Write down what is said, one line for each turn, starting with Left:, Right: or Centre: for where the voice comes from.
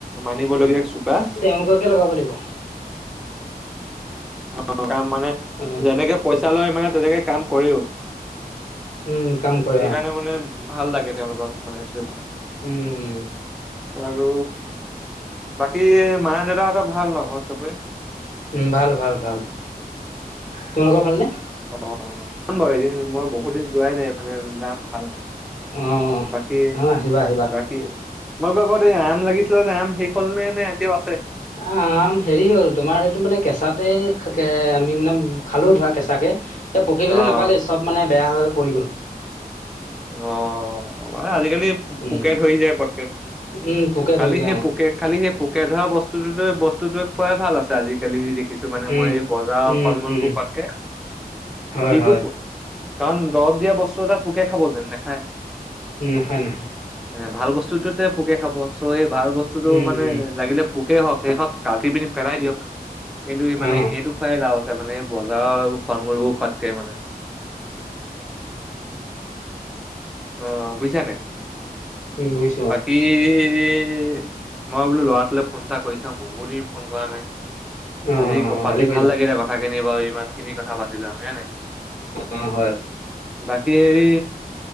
Centre: মানিব লগীয়া চোকা।
Left: গৈ কে লগাব দিব?
Centre: অঁ কাম মানে,
Left: অ
Centre: যেনেকে পইচা লয় মানে তেনেকে কাম কৰেও,
Left: উম কাম কৰে
Centre: সেইকাৰণে
Left: অ
Centre: মানে ভাল লাগে তেওঁলোকৰ মানে চৰিত
Left: উম উম।
Centre: আৰু বাকী মা-দেউতাহঁতৰ ভাল ন' ঘৰত সবেই?
Left: উম ভাল ভাল ভাল, তোমালোকৰ ভালনে?
Centre: অঁ অঁ যাম বাও এদিন, মই বহুত দিন যোৱাই নাই এফালে যাম ভালকে।
Left: অঁ,
Centre: বাকী
Left: অঁ আহিবা আহিবা।
Centre: বাকী তোমালোকৰ ঘৰত এই আম লাগিছিলে যে আম শেষ হ'ল নে নে এতিয়াও আছে।
Left: আম হেৰি হ'ল তোমাৰ এইটো মানে কেঁচাতে আমি মানে খালো ধৰা কেঁচাকে এই ষপকিবলৈ
Centre: অ
Left: নাপালেই চব মানে বেয়া হৈ হৈ পৰি গ'ল।
Centre: অ' মানে আজিকালি
Left: উম
Centre: পোকে ধৰি যায় পটকে
Left: উম পোকে
Centre: খালি
Left: ধৰিলে
Centre: সেই
Left: অ
Centre: পোকে খালি সেই পোকে ধৰা বস্তুটো বস্তুটোৱে খুৱাই ভাল আছে আজিকালি যি দেখি দেখিছো মানে
Left: উম,
Centre: মই এই বজাৰ
Left: উম,
Centre: ফল মূলবোৰ
Left: উম,
Centre: খোৱাতকে
Left: হয়,
Centre: যিটো
Left: হয়,
Centre: প কাৰণ দৰৱ দিয়া বস্তু এটা পোকে খাব যানো, নাখায়
Left: নাখায় নাখায়।
Centre: এইট ভাল বস্তুতোতে পোকে খাব চ' এই ভাল বস্তু বস্তুটো
Left: উম,
Centre: মানে
Left: উম,
Centre: লাগিলে পোকেই হওক সেইকন কাটি পিনে পেলাই দিয়ক কিন্ত মানে
Left: অ',
Centre: সেইটো খোৱায়ে লাভ আছে মানে এই বজাৰৰ ফল-মূল বোৰ খোৱাতকে মানে অ বুইছা নে
Left: উম বুইছো অ।
Centre: এই মই বোলো ল'ৰাটোলৈ ফোন এটা কৰি চাও বহুত দিন ফোন কৰা নাই।
Left: অ',
Centre: আজি
Left: অ',
Centre: পাতি
Left: ভালে কৰিলা
Centre: ভাল লাগিলে কথাখিনি বাৰু ইমান খিনি কথা পাতিলো আমি হয়নে।
Left: অ হয়।
Centre: বাকী হেৰি